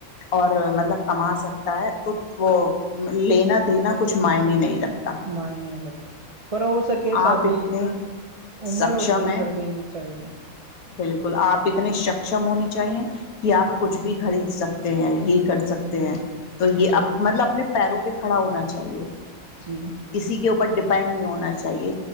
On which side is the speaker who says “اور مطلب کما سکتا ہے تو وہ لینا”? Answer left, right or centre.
Left